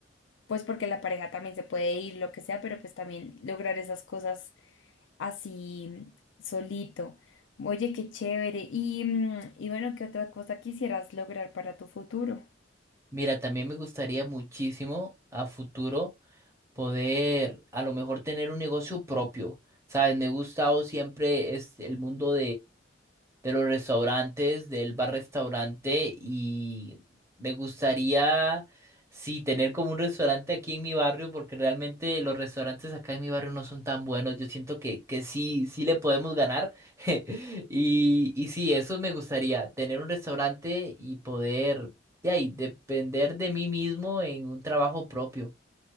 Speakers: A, on the left; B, on the right.
A: pues porque la pareja también se puede ir, lo que sea, pero pues también lograr esas cosas así solito. Oye, qué chévere. Y, mm, y bueno, ¿qué otra cosa quisieras lograr para tu futuro?
B: Mira, también me gustaría muchísimo a futuro poder a lo mejor tener un negocio propio. Sabes, me ha gustado siempre es el mundo de los restaurantes, del bar-restaurante y me gustaría, sí, tener como un restaurante aquí en mi barrio porque realmente los restaurantes acá en mi barrio no son tan buenos. Yo siento que, que sí, sí le podemos ganar. <laughs> Y, y sí, eso me gustaría, tener un restaurante y poder, ya, y depender de mí mismo en un trabajo propio.